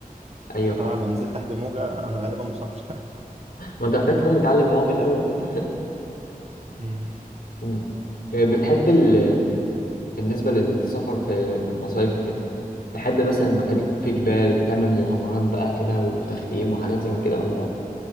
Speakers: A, on the left; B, on the right.
A: ايوه
B: فطبعا
A: فعلا
B: لو نزلت تحت موجة أنا غالبا مش هطلع
A: ما انت محتاج تكون متعلم معاهم الاول بقى
B: <laughs> أمم،
A: <laughs> مم. آه، بتحب ال... بالنسبه للسفر في المصايف وكده تحب مثلا المكان
B: أمم.
A: يكون فيه جبال تعمل مغامرات بقى كده وتخييم وحاجات زي كده ولا